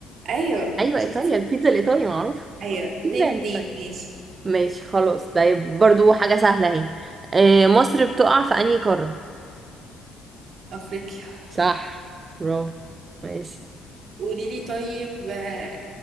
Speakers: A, on the right; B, on the right.
A: ايوه
B: أيوة
A: شفتي
B: إيطاليا البيتزا الإيطالي معروفة
A: ايوه اتنين
B: بيتزا يعني
A: اتنين
B: إيطاليا
A: ماشي
B: ماشي خلاص طيب برضو حاجة سهلة أهي آه،
A: ماشي.
B: مصر بتقع في أنهي قارة
A: افريقيا
B: صح برافو ماشي
A: قولي لي طيب آه،